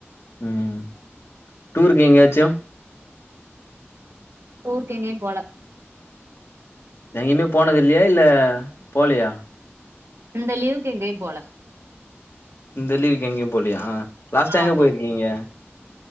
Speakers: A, on the left (about 65°); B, on the right (about 70°).
A: ம் டூருக்கு எங்கயாச்சு
B: ஊர் எங்கயு போல
A: எங்கயுமே போனது இல்லையா இல்ல போலையா
B: இந்த லீவுக் எங்கயு போல
A: இந்த லீவுக்கு எங்கயு போலையா லாஸ்ட்
B: ஆமா
A: எங்க போயிருக்கீங்க